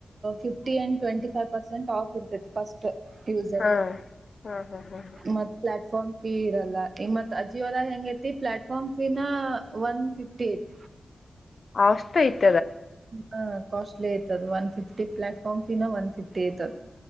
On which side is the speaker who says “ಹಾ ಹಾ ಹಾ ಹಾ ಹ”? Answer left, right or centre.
Left